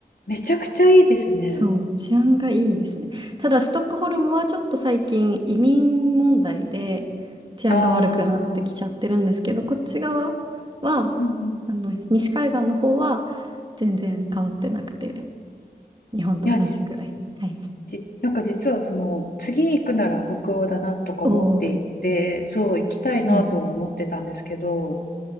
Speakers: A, on the left (about 75°); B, on the right (about 30°).
A: めちゃくちゃいいですね。
B: そう、治安がいいですね。ただ、ストックホルムはちょっと最近移民問題で治安が悪くなってきちゃってるんですけど、
A: ああ、
B: こっち側は、
A: うんうん。
B: あの、西海岸の方は全然変わってなくて、日本と同じくらい。
A: いや、ち、
B: はい。
A: ち、なんか実はその、次行くなら北欧だなとか思っていて、
B: おお、
A: そう、行きたいなとは思ってたんですけど、
B: うん、